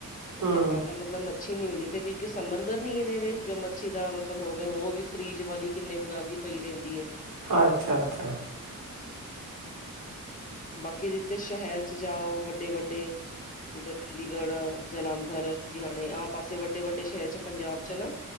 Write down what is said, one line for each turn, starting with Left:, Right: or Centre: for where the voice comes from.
Left: ਉੱਥੇ
Right: ਹਮ
Left: ਜਾਦਾ ਮਤਲਬ ਮੱਛੀ ਨੀ ਮਿਲੀ ਤੇ ਕਿਉਂਕਿ, ਸਮੁੰਦਰ ਨਹੀ ਏ ਨੇੜੇ, ਜੋ ਮੱਛੀ ਦਾ ਮਤਲਬ ਹੋਵੇ ਉਹ ਵੀ ਫ੍ਰੀਜ਼ ਵਾਲੀ ਕਿੰਨੇ ਦਿਨਾਂ ਦੀ ਪਈ ਰਹਿੰਦੀ ਐ।
Right: ਅੱਛਾ- ਅੱਛਾ ਹ।
Left: ਬਾਕੀ ਜਿਦਾ ਸ਼ਹਿਰ ਚ' ਜਾਓ ਵੱਡੇ- ਵੱਡੇ ਜਿੱਦਾੱ ਚੰਡੀਗੜ੍ਹ, ਜਲੰਧਰ, ਲੁਧਿਆਣੇ ਆ ਪਾਸੇ ਵ ਵੱਡੇ- ਵੱਡੇ ਸ਼ਹਿਰ ਚ' ਪੰਜਾਬ ਚ' ਨਾ